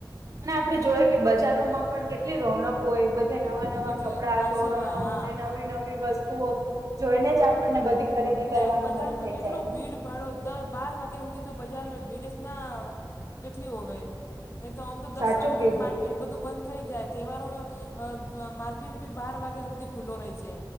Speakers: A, on the right (about 45°); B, on the left (about 35°).
A: અને આપડે જોય કે બજારોમાં પણ કેટલી રોનક હોય. નવા નવા
B: કેટલી
A: કપડા
B: સાચી
A: તોરણો
B: વાત હા
A: ને નવી નવી વસ્તુઓ જોઈને જ આપણને બધી... ખરીદી કરવાનું
B: ને બજારમાં
A: મન થઈ
B: કેટલો
A: જાય
B: ભીડ... ભાડો દ બાર વાગ્યા સુધી તું બજાર ભીડસ ના કેટલી હોવે. નહી તો આમ તો દસ
A: સાચું
B: વાગે
A: કીધું
B: તક માર્કેટ બધું બંધ... થઈ જાય, તહેવારોમાં માર્કેટ બી બાર વાગ્યા હુદી ખુલ્લો રહે છે.